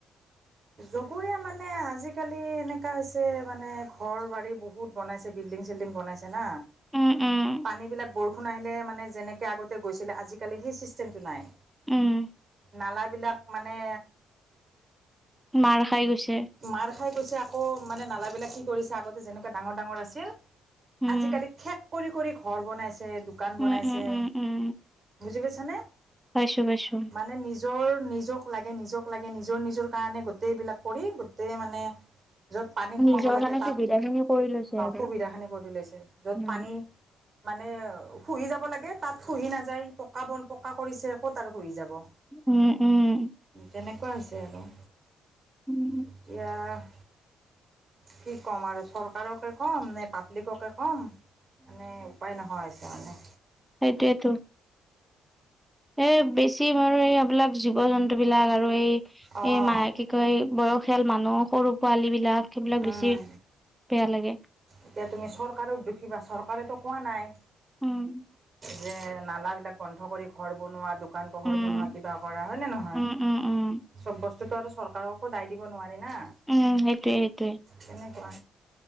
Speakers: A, on the right; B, in the centre.
A: জকুৰীয়া মানে আজিকালি এনেকা হৈছে মানে ঘৰ বাৰী বহুত বহুত বনাইছে বিল্ডিং চিল্ডিং বনাইছে না।
B: উম উম
A: পানীবিলাক বৰষুণ আহিলে মানে যেনেকৈ আগতে গৈছিলে আজিকালি সেই ছিষ্টেমটো নাই।
B: উম
A: নাল বিলাক মানে।
B: মাৰ খাই গৈছে।
A: মাৰ খাই গৈছে আকৌ মানে নালাবিলাক কি কৰিছে আগতে যেনেকুৱা ডাঙৰ ডাঙৰ আছিল।
B: উম
A: আজিকালি ঠেক কৰি কৰি ঘৰ বনাইছে দোকান
B: উম
A: বনাইছে।
B: উম উম উম
A: বুজি পাইছানে।
B: আছো আছো।
A: মানে নিজৰ নিজক লাগে নিজক লাগে নিজৰ নিজৰ কাৰণে গোটেইবিলাক কৰি গোটেই মানে- য'ত পানী সোমাব
B: নিজৰ
A: লাগে
B: মানে
A: তাত,
B: সুবিধা খিনি কৰি লৈছে আৰু।
A: সুবিধাখিনি কৰি লৈছে য'ত
B: উম
A: পানী- মানে শুহি যাব লাগে তাত শুহি নাযায় পকা বন পকা কৰিছে ক'ত আৰু শুহি যাব।
B: উম উম।
A: তেনেকুৱা আছে আৰু।
B: উম।
A: এতিয়া- কি ক'ম আৰু চৰকাৰকে ক'ম নে পাব্লিককে কম। মানে উপায় নোহোৱা হৈছে মানে।
B: সেইটোৱেটো। এ বেছি মোৰ এই এইবিলাক জীৱ জন্তু বিলাক আৰু এই
A: অ'
B: এই মাহেকী- এই বয়সীয়াল মানুহ সৰু পোৱালী বিলাক সেইবিলাক
A: উম।
B: বেছি বেয়া লাগে।
A: এতিয়া তুমি চৰকাৰক দুখীবা চৰকাৰেতো কোৱা নাই।
B: উম
A: যে নালা বিলাক বন্ধ কৰি ঘৰ বনোৱা দু দোকান পোহৰ
B: উম
A: বনোৱা কিবা কৰা হয়'নে নহয়।
B: উম উম
A: চব বস্তুতটো আৰু চৰকাৰকো দায় দিব নোৱাৰি না।
B: উম সেইটোৱে সেইটোৱে।
A: তেনেকুৱা,